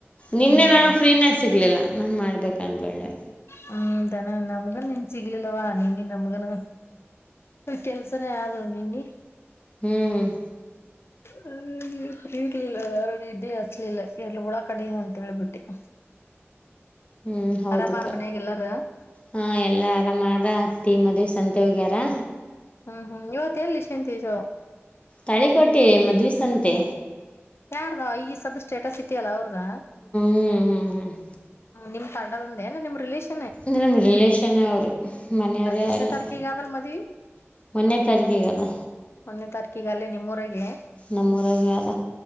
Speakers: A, on the left; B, on the left.
A: ನಿನ್ನೆ
B: ಹ್ಮ್
A: ನ ಫ್ರೀನೆಸ್ ಸಿಗ್ಲಿಲ್ಲ ನಾನ್ ಮಾಡ್ಬೇಕ ಅಂದಕೊಂಡ
B: ಹ್ಮ್ ತಾನ ನಮ್ಗನ್ ನಿನ್ ಸಿಗ್ಲಿಲ್ಲವಾ ನೀನ್ ನಮ್ಗನು ಕೆಲ್ಸನ ಯಾವ್ದ ನಿನ್ನ
A: ಹ್ಮ್
B: ಹ ಇರ್ಲಿಲ್ಲ ಯಾರ ಇದಲಿ ಹಚ್ಲಿಲ್ಲ ಎರ್ಲ್ಲ ಉಳ ಕಡಿ ಅಂತ ಹೇಳ್ಬಿಟ್ಟಿ <inaudible>
A: ಹ್ಮ್ ಹೌದಕ್ಕ
B: ಆರಾಮಾರ ಮನ್ಯಾಗ ಎಲ್ಲಾರ
A: ಹ ಎಲ್ಲಾ ಆರಾಮಾರ ಹತ್ತಿ ಮದ್ ಸಂತೇವ್ಗಾರಾ
B: ಹ್ಮ್ ಹ್ಮ್ ಇವತ್ತ ಎಲ್ಲಿ ಸಂತಿಸ
A: ತಳಿಕೋಟೆ ಮದ್ವ ಸಂತೆ
B: ಯಾರದಾ ಎಸ್ ಅದ ಸ್ಟೇಟಸ್ ಇಲ್ಲ ಅವ್ರದಾ
A: ಹ್ಮ್ ಹ್ಮ್ ಹ್ಮ್
B: ನಿಮ್ ತಡದಂದ ಏ ನಿಮ್ ರಿಲೇಷನ್
A: ಅಂದ್ರೆ ನಮ ರಿಲೇಷನ್ ಅವರು ಮನೆಯವರೇ
B: ಎಷ್ಟನೇ
A: ಎಲ್ಲ
B: ತಾರೀಕಿಗೆ ಆದಲ್ ಮದ್ವಿ
A: ಮೊನ್ನೆ ತಾರಖೆ ಕದಾ
B: ಹದನೇ ತಾರೀಕಿಗೆಲ್ಲಿೇ ನಿಮ್ಮವರಗೆ
A: ನಮ್ಮರಗೆ ಅದ